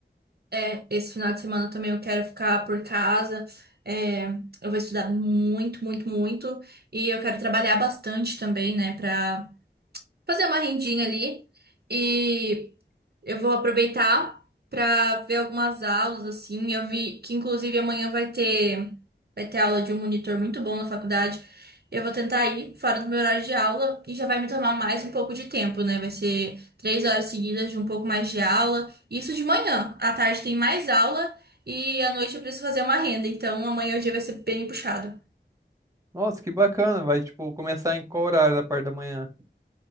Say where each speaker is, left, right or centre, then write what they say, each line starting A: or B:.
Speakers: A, on the right; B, on the right.
A: É, esse final de semana também eu quero ficar por casa. É, eu vou estudar muito, muito, muito. E eu quero trabalhar bastante também, né? Pra fazer uma rendinha ali. E. Eu vou aproveitar para ver algumas aulas, assim. Eu vi que, inclusive, amanhã vai ter, vai ter aula de um monitor muito bom na faculdade. Eu vou tentar ir fora do meu horário de aula e já vai me tomar mais um pouco de tempo, né? Vai ser três horas seguidas de um pouco mais de aula. Isso de manhã. À tarde tem mais aula e à noite eu preciso fazer uma renda. Então, amanhã o dia vai ser bem puxado.
B: Nossa, que bacana! Vai, tipo, começar em qual horário da parte da manhã?